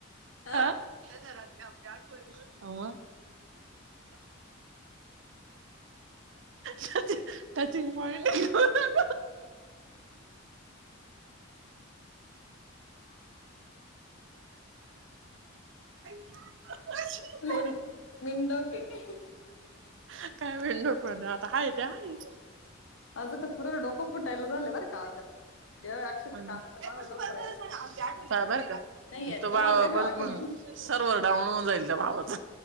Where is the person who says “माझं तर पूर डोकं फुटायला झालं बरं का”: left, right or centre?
Left